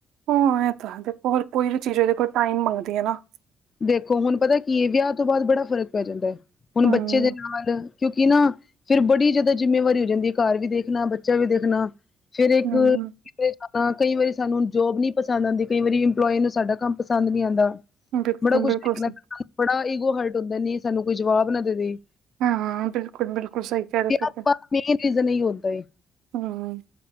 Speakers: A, on the right; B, on the left.
A: ਹੋਂ ਐ ਤਾਂ ਦੇਖੋ, ਹਰ ਕੋਈ ਵੀ ਚੀਜ ਓਦੇ ਕੋਲ ਟਾਈਮ ਮੰਗਦੀ ਏ ਨਾ
B: ਦੇਖੋ, ਹੁਣ ਪਤਾ ਕੀ ਏ ਵਿਯਾ ਤੋਂ ਬਾਦ ਬੜਾ ਫਰਕ ਪੈ ਜਾਂਦੈ ਹੁਣ,
A: ਹੂੰ,
B: ਬੱਚੇ ਦੇ ਨਾਲ ਕਿਉਂਕਿ ਕਿ ਨਾ ਫਿਰ ਬੜੀ ਜਾਦਾ ਜਿੰਮੇਵਾਰੀ ਹੋ ਜਾਂਦੀਏ ਘਰ ਵੀ ਦੇਖਨਾਂ, ਬੱਚਾ ਵੀ ਦੇਖਨਾ ਫੇਰ ਏਕ
A: ਹੂੰ
B: ਕਿਥੇ ਹਾਂ, ਕਈ ਵਾਰੀ ਸਾਨੂੰ ਜੋਬ ਨੀ ਪਸੰਦ ਆਂਦੀ, ਕਈ ਇੰਪਲੋਈ ਸਾਡਾ ਕੰਮ ਪਸੰਦ ਨੀ ਆਂਦਾ।
A: ਬਿਲਕੁਲ,
B: ਬੜਾ ਕੁਛ
A: ਬਿਲਕੁਲ
B: ਦੇਖਣਾ
A: ਸਹੀ
B: ਪੈਂਦਾ ਬੜਾ ਈਗੋ ਹਰਟ ਹੁੰਦੈ ਨਈਂ ਸਾਨੂੰ ਕੋਈ ਜਵਾਬ ਨਾ ਦੇਦੇ।
A: ਹਾਂ, ਬਿਲਕੁਲ-ਬਿਲਕੁਲ, ਸਈ ਕੈ ਰੇ ਤੁਸੀ।
B: ਤੋਂ ਬਾਅਦ ਮੇਨ ਰੀਜਨ ਏਈਓ ਹੁੰਦਾ ਏ।
A: ਹੂੰ।